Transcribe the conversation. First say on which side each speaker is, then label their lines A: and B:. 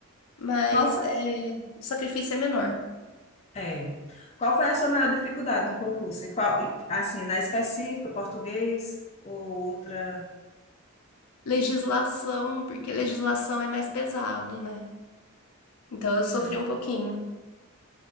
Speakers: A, on the left; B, on the left.
A: mas
B: qual foi,
A: é, o sacrifício é menor.
B: é, qual foi a sua maior dificuldade no concurso? E qual, e, assim, na específica, português ou outra?
A: Legislação, porque legislação é mais pesado, né? Então eu
B: sim
A: sofri um pouquinho.